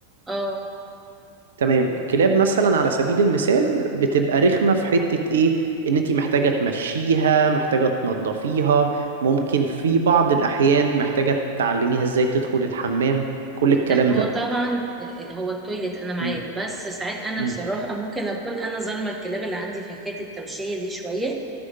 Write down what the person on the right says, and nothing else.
تمام الكلاب مثلا على سبيل المثال بتبقى رخمه في حته ايه ان انتي محتاجه تمشيها محتاجه تنضفيها ممكن في بعض الاحيان محتاجه تعلميها ازاي تدخل الحمام كل الكلام
ده
امم
امم